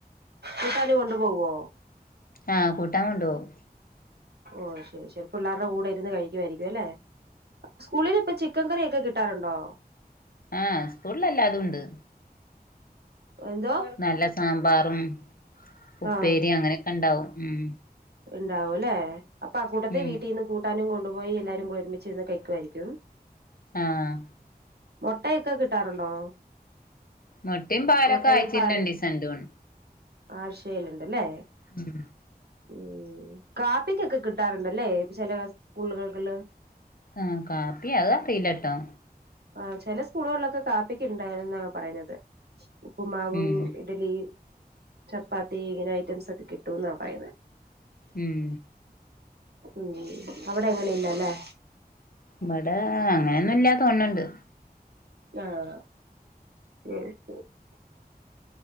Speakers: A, on the right; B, on the left.
A: കൂട്ടാന് കൊണ്ട് പോവോ
B: ആഹ് കൂട്ടാൻ കൊണ്ട്പോവും
A: ഓ ശരി ശരി. പിള്ളേരുടെ കൂടെ ഇരുന്ന് കഴിക്കുമായിരിക്കും അല്ലെ? സ്കൂളിൽ ഇപ്പ ചിക്കൻ കറിയൊക്കെ കിട്ടാറുണ്ടോ?
B: ആഹ് സ്കൂളിലെല്ലാതുണ്ട്.
A: എന്തോ
B: നല്ല സാമ്പാറും ഉപ്പേരി
A: ആഹ്
B: അങ്ങനെയൊക്കെ ഇണ്ടാവും ഉം
A: ഇണ്ടാവൂല്ലേ? അപ്പൊ ആ കൂട്ടത്തെ
B: ഉം
A: വീട്ടിൽ നിന്ന് കൂട്ടാനും കൊ ണ്ട് പോയി എല്ലാവരും ഒരുമിച്ച് നിന്ന് കഴിക്കുവായിരിക്കും.
B: ആഹ്
A: മൊട്ടയൊക്കെ കിട്ടാറുണ്ടോ?
B: മൊട്ടയും പാലൊക്കെ
A: മുട്ടയും
B: ആയ്ച്ചീൽ
A: പാലും
B: രണ്ടീസണ്ട് തോൺ
A: ആഴ്ചയിലുണ്ടല്ലേ?
B: ഉം
A: ഉം കാപ്പിക്കൊക്കെ കിട്ടാറുണ്ടല്ലേ ചില സ്കൂളുകൾല്
B: ആഹ് കാപ്പി അതറീലട്ടോ
A: ആ ചെല സ്കൂളുകളിലൊക്കെ കാപ്പിക്ക്ണ്ട് എന്ന പറഞ്ഞത്. ഉപ്പുമാവും
B: ഉം
A: ഇഡ്ഡലി ചപ്പാത്തി ഇങ്ങനെ ഐറ്റംസ് ഒക്കെ കിട്ടുംന്നാ പറയുന്നേ
B: ഉം
A: ഉ അവിടെ അങ്ങനെയില്ലല്ലേ?
B: ഇവിടെ അങ്ങനെയൊന്നും ഇല്ല തോണണ്ട്.
A: ആഹ ഉഹ <unintelligible>